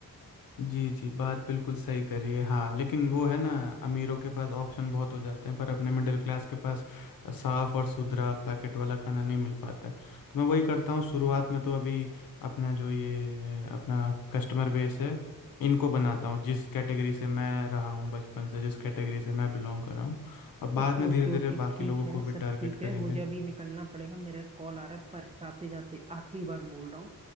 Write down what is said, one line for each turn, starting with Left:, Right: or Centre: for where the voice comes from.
Left: जी जी बात बिल्कुल सही करी है हाँ लेकिन वो है ना अमीरों के पास ऑप्शन बहुत हो जाते हैं पर अपने मिडिल क्लास के पास साफ और सुथरा पैकेट वाला खाना नहीं मिल पाता है तो मैं वही करता हूँ शुरुआत में तो अभी अपना जो ये अपना कस्टमर बेस है इनको बनाता हूँ जिस कैटेगरी से मैं रहा हूँ बचपन से जिस कैटेगरी से मैं बिलोंग कर रहा हूँ और बाद
Right: ओके
Left: में
Right: ओके
Left: धीरे धीरे
Right: ओके
Left: बाकी
Right: ठीक
Left: लोगों
Right: है
Left: को
Right: सब
Left: भी टारगेट
Right: ठीक
Left: करेंगे
Right: है मुझे अभी निकलना पड़ेगा मेरा एक कॉल आ रहा है पर जाते जाते आखिरी बार बोल रहा हूँ